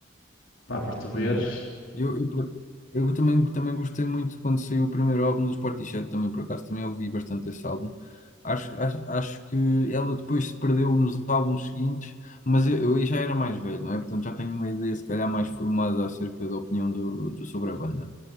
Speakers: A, on the left; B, on the left.
A: Pá, para tu veres,
B: Pois é. Eu, eu, por- eu também, também gostei muito quando saiu o primeiro álbum dos Portishead, também por acaso também ouvi bastante esse álbum. Acho, acho, acho que ela depois se perdeu nos álbuns seguintes, mas eu, eu aí já era mais velho, não é? Portanto já tenho uma ideia se calhar mais formada acerca da opinião do, do- sobre a banda.